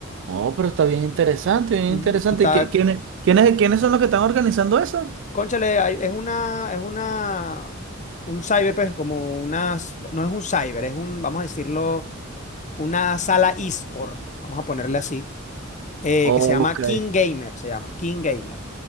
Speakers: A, on the right (about 65°); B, on the left (about 35°).
A: Oh, pero está bien interesante, bien
B: Ujú,
A: interesante.
B: Está,
A: ¿Y qué- quiénes, quiénes, quiénes son los que están organizando eso?
B: cónchale, hay- es una, es una, un cyber, pues como unas, no es un cyber, es un, vamos a decirlo, una sala eSport, vamos a ponerle así, eh,
A: Ok.
B: que se llama King Gamer, se llama King Gamer.